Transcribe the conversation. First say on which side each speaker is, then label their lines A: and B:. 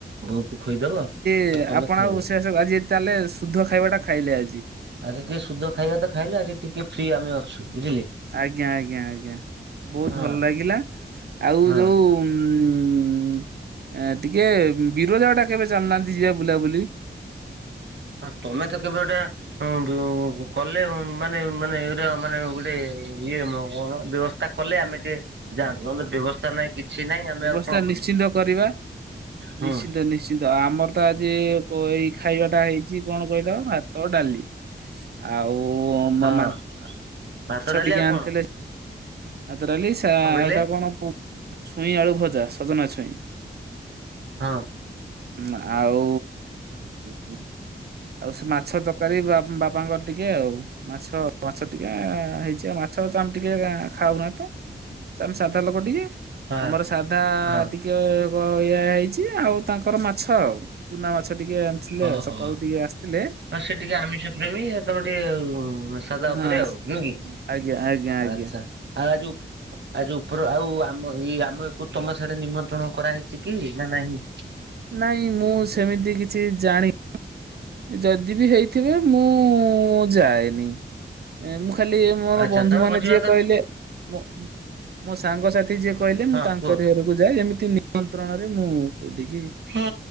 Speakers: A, on the right (about 75°); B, on the right (about 60°).
A: ବୋଉକୁ ଖୋଇଦବ।
B: ଏ
A: ଆଉ ତମେ
B: ଆପଣ
A: ଖାଇବ
B: ଆଉ ସେ ସବୁ ଆଜି ତାହେଲେ ଶୁଦ୍ଧ ଖାଇବାଟା ଖାଇଲେ ଆଜି।
A: ଆଜି ଟିକେ ସୁଧ ଖାଇବା ତ ଖାଇଲୁ ଆଜି ଟିକେ ଫ୍ରି ଆମେ ଅଛୁ ବୁଝିଲେ?
B: ଆଜ୍ଞା ଆଜ୍ଞା ଆଜ୍ଞା ବହୁତ୍
A: ହଁ
B: ଭଲ ଲାଗିଲା ଆଉ
A: ହଁ
B: ଯୋଉ <unintelligible> ଟିକେ ବିରଜା ଟା କେବେ ଚାଲନାହାନ୍ତି ଯିବା ବୁଲାବୁଲି।
A: ଆଉ ତମେ ତ କେବେ ଗୋଟେ? ହଁ କଲେ ମାନେ ମାନେ ଏଟା ମାନେ ଗୋଟେ ଇଏ କଣ ବ୍ୟବସ୍ଥା। କଲେ ଆମେ ଟିକେ ଯାଆନ୍ତୁ ନହେଲେ ବ୍ୟବସ୍ଥା ନାହିଁ କିଛି ନାହିଁ ଆମେ
B: ବ୍ୟବସ୍ଥା
A: ଆଉ କଣ କରିବୁ
B: ନିଶ୍ଚିନ୍ତ କରିବା
A: ହୁଁ
B: ନିଶ୍ଚିନ୍ତ ନିଶ ଶ୍ଚିତ୍ ଆମର ତ ଆଜି ଏଇ ଖାଇବାଟା ହେଇଛି କଣ କହିଲ ଭାତ ଡାଲି। ଆଉ
A: ହଁ
B: ମ ମା
A: ଭାତ
B: ମାଛ
A: ଡାଲି
B: ଟିକେ
A: ଆଉ
B: ଆଣିଥିଲେ
A: କଣ
B: ଭାତ ଡାଲି ସେଉଟା
A: କଣ କହିଲେ
B: କଣ ଛୁଇଁ ଆଳୁ ଭଜା, ସଜନା ଛୁଇଁ।
A: ହଁ।
B: ଉଁ ଆଉ ଉଁ ଆଉ ସେ ମାଛ ତର କରି ବାପାଙ୍କର ଟିକେ ଆଉ ମାଛ ମାଛ ଟିକେ ହେଇଛି ଆଉ ମାଛ ମାଛ ଆମେ ଟିକେ ଖାଉନାତ, ସେ ଆମେ ସାଧା ଲୋକ ଟିକେ।
A: ହଁ
B: ଆମର ସାଧା
A: ହଁ
B: ଟିକ୍ ଟିକେ ଇ -ଏୟା ହେଇଛି ଆଉ ତାଙ୍କର ମାଛ ଆଉ, ଚୁନା ମାଛ ଟିକେ ଆସିଲେ
A: ଓହୋ।
B: ସକାଳୁ ଟିକେ ଆସିଥିଲେ।
A: ହଁ ସେ ଟିକେ ଆମିଷ ପ୍ରେମୀ ତମେ ଟିକେ ସଦା ଉପରେ
B: ହଁ
A: ଆଉ ନୁକି
B: ଆଜ୍ଞା ଆଜ୍ଞା ଆଜ୍ଞା
A: ଆଚ୍ଛା ଆ ଯୋଉ ଆଜି ଉପର ଆଉ ଆମ ଇ ଆମ ଏକୁ ତମ ସିଆଡେ ନିମନ୍ତ୍ରଣ କରାହେଇଛି କି ନା ନାହିଁ?
B: ନାଇଁ ମୁଁ ସେମିତି କିଛି ଜାଣି ଯଦି ବି ହେଇଥିବେ ମୁଁ ଯାଏନି ମୁ ଖାଲି ମୋର
A: ଆଚ୍ଛା
B: ବନ୍ଧୁ
A: ତମେ
B: ମାନେ
A: ଭୋଜି
B: ଯିଏ
A: ଭାତ
B: କହିଲେ ମୁଁ ମୋ ସାଙ୍ଗସାଥି ଯିଏ କହିଲେ
A: ହଁ
B: ମୁଁ ତାଙ୍କରି
A: କୁହ।
B: ଘରକୁ ଯାଏ ଯେମିତି ନିୟନ୍ତ୍ରଣ ରେ ମୁଁ କୋଠିକି
A: ହଁ